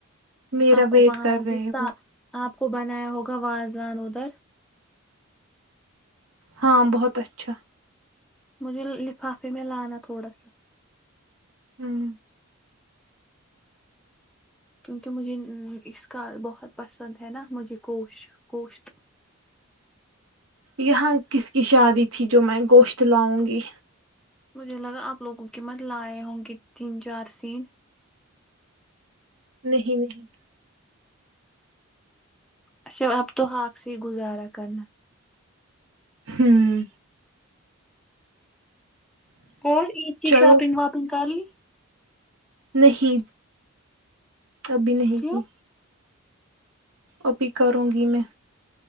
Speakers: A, on the right (about 75°); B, in the centre.
A: میرا
B: آپ کو
A: ویٹ
B: وہاں
A: کر
B: ہوگے
A: رہے
B: سا
A: وہ
B: آپ کو بنایا ہوگا وازوان ادھر
A: ہاں بہت اچھا
B: مجھے لفافے میں لانا تھوڑا سا
A: ہوں
B: کیونکہ مجھے اس کا بہت پسند ہے نا مجھے کووشت گوشت
A: یہاں کس کی شادی تھی جو میں گوشت لاؤں گی
B: مجھے لگا آپ لوگوں کے مت لائے ہوں گے تین چار سین
A: نہیں نہیں
B: اچھا اب تو حاک سے ہی گزارا کرنا
A: ہوں
B: اور عید کی
A: چلو
B: شاپنگ واپنگ کر لی
A: نہیںی کبھی نہیں
B: کیوں
A: کی ابھی کروں گی میں